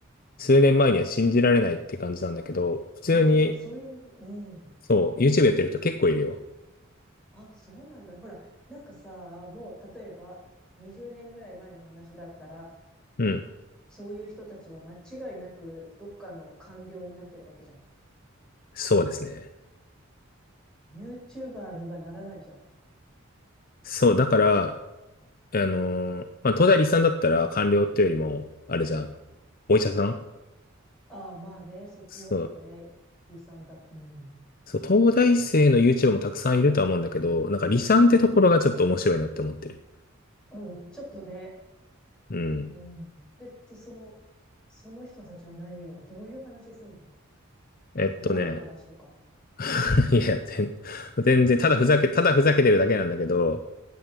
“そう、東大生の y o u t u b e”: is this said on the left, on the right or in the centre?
Left